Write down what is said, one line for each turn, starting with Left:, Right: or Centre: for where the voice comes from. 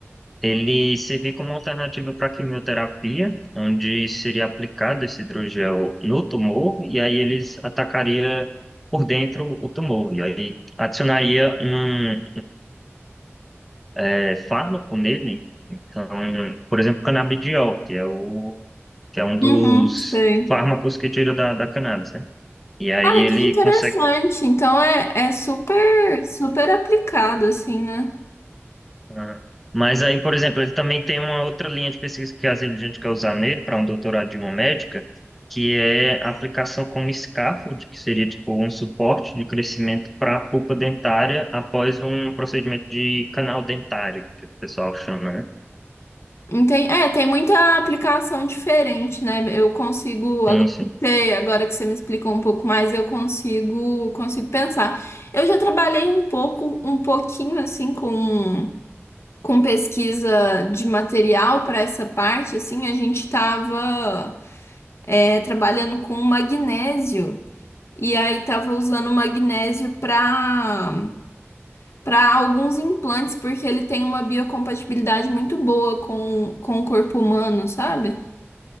Centre: ele servir como alternativa para quimioterapia, onde seria aplicado esse hidrogel no tumor e aí eles atacaria por dentro o tumor e aí adicionaria um eh, fármaco nele. Então, por exemplo, canabidiol, que é o que é um dos
Left: Uhum, sei.
Centre: fármacos que tira da, da cannabis, né? E aí
Left: Ah,
Centre: ele
Left: que interessante.
Centre: consegue
Left: Então é, é super super aplicado assim, né?
Centre: Ah, Mas aí, por exemplo, ele também tem uma outra linha de pesquisa que às vezes a gente quer usar nele para um doutorado de uma médica, que é a aplicação como scaffold, que seria tipo um suporte de crescimento para a pulpa dentária após um procedimento de canal dentário, que o pessoal chama, né?
Left: Enten- É, tem muita aplicação diferente, né? Eu consigo, agora
Centre: Sim, sim.
Left: que você agora que você me explicou um pouco mais, eu consigo, consigo pensar. Eu já trabalhei um pouco, um pouquinho assim com, com pesquisa de material para essa parte, assim, a gente estava trabalhando com magnésio e aí tava usando magnésio para para alguns implantes, porque ele tem uma biocompatibilidade muito boa com, com o corpo humano, sabe?